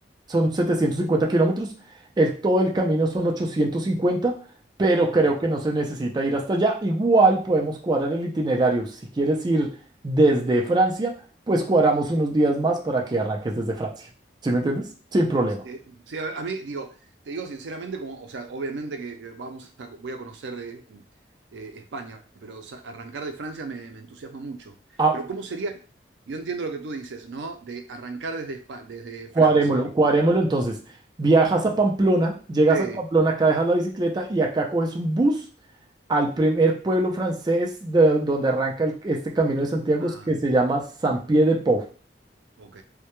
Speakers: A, on the right; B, on the right.
A: son 750 kilómetros. El, todo el camino son 850, pero
B: ok.
A: creo que no se necesita ir hasta allá. Igual podemos cuadrar el itinerario. Si quieres ir desde Francia, pues cuadramos unos días más para que arranques desde Francia. ¿Sí me entiendes? Sin problema.
B: Sí, sí, a, a mí, digo, te digo sinceramente, como, o sea, obviamente que, que vamos a- voy a conocer eh, eh, España, pero o sea, arrancar de Francia me, me entusiasma mucho.
A: Ah,
B: Pero ¿cómo sería? Yo entiendo lo que tú dices, ¿no? De arrancar desde, Espa- desde Francia.
A: Cuadrémoslo, cuadrémoslo entonces. Viajas a Pamplona, llegas
B: Sí.
A: a Pamplona, acá dejas la bicicleta y acá coges un bus al primer pueblo francés de donde arranca el- este Camino de Santiago
B: Ah,
A: que se llama San Pie de Pau.
B: ok.